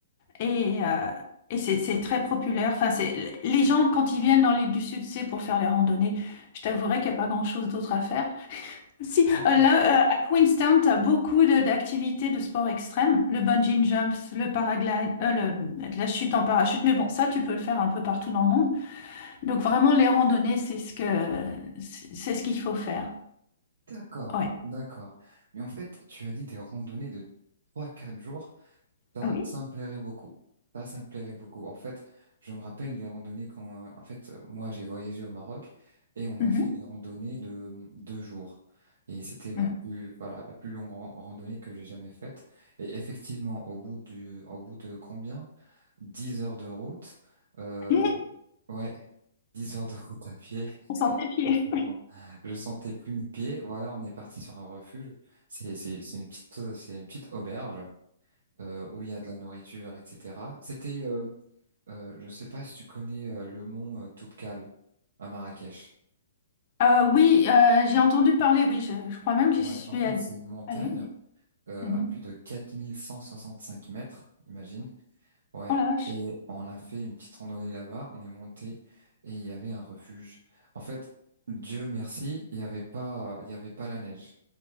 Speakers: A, on the left; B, on the right.
A: et, euh, et c'est c'est très populaire. Enfin, c'est, les gens, quand ils viennent dans l'île du Sud, c'est pour faire les randonnées. Je t'avouerai qu'il n'y a pas grand-chose d'autre à faire. Si,
B: D'accord.
A: euh, là, euh, à Queenstown, tu as beaucoup de- d'activités de sport extrême, le bungee jumps, le paraglide, euh, le- la chute en parachute, mais bon, ça, tu peux le faire un peu partout dans le monde. Donc, vraiment, les randonnées, c'est ce que, c'est c'est ce qu'il faut faire.
B: D'accord.
A: Ouais.
B: D'accord. Mais en fait, tu as dit des randonnées de trois, quatre jours. Ça,
A: Ah Oui.
B: ça me plairait beaucoup. Ça, ça me plairait beaucoup. En fait, je me rappelle des randonnées quand, en fait, euh, moi, j'ai voyagé au Maroc et on
A: Mhm.
B: a fait des randonnées de euh, deux jours. Et c'était ma
A: Mhm.
B: plus, voilà, la plus longue ran- randonnée que j'ai jamais faite. Et effectivement, au bout du, au bout de combien? Dix heures de route, euh,
A: <laughs>
B: ouais, dix heures de route à pied.
A: On sent les pieds.
B: Vraiment. Je sentais plus mes pieds. Voilà, on est parti sur un refuge. C'est, c'est, c'est une petite, c'est une petite auberge euh, où il y a de la nourriture, etc. C'était, euh, euh, je sais pas si tu connais euh, le mont euh, Toubkal à Marrakech.
A: Euh, oui, euh, j'ai entendu parler, oui, je, je crois même que
B: Ouais,
A: j'y suis
B: en fait,
A: allée.
B: c'est une montagne
A: Allée, oui.
B: euh,
A: Mhm.
B: à plus de 4165 mètres, imagine. Ouais.
A: Oh la vache.
B: Et on a fait une petite randonnée là-bas, on est monté et il y avait un refuge. En fait, Dieu merci, il y avait pas, il y avait pas la neige.